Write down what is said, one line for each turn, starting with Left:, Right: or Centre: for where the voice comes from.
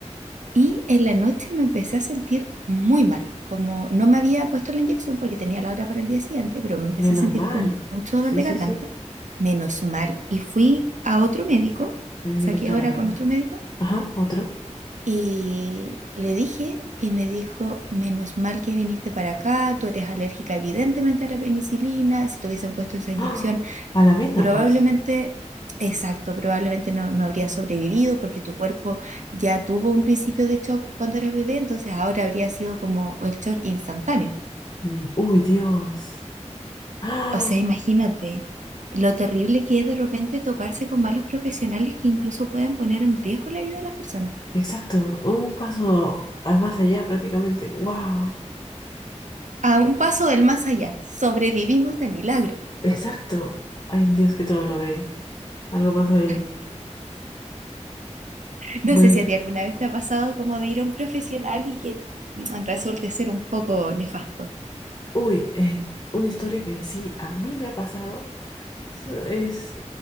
Right: Y en la noche me empecé a sentir muy mal, como no me había puesto la inyección porque tenía la hora para el día siguiente, pero me empecé
Left: Menos
Right: a sentir
Left: mal.
Right: con mucho
Left: Sí,
Right: dolor de
Left: sí,
Right: garganta,
Left: sí.
Right: menos mal. Y fui a otro médico,
Left: Es
Right: saqué
Left: directo
Right: hora
Left: a la venda.
Right: con otro médico
Left: Ajá, otro.
Right: y le dije y me dijo, menos mal que viniste para acá, tú eres alérgica evidentemente a la penicilina, si te hubiesen puesto esa inyección
Left: ¡Ah! A la venda,
Right: probablemente,
Left: pues.
Right: exacto, probablemente no, no habría sobrevivido porque tu cuerpo ya tuvo un principio de shock cuando eras bebé, entonces ahora habría sido como el shock instantáneo.
Left: Mm, Uy, Dios. ¡Ah!
Right: O sea, imagínate lo terrible que es de repente toparse con malos profesionales que incluso pueden poner en riesgo la vida de las personas.
Left: Exacto. Un paso al más allá prácticamente. ¡Wow!
Right: A un paso del más allá, sobrevivimos de milagro.
Left: Exacto. Hay un Dios que todo lo ve. Algo pasó ahí.
Right: <laughs> No
Left: Bueno.
Right: sé si a ti alguna vez te ha pasado como de ir a un profesional y que mm, resulte ser un poco nefasto.
Left: Uy, eh, una historia que sí a mí me ha pasado. Es, es-